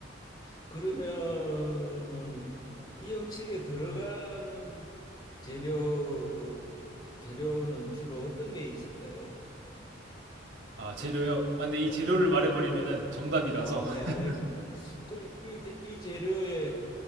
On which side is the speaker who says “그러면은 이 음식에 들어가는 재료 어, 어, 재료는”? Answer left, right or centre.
Left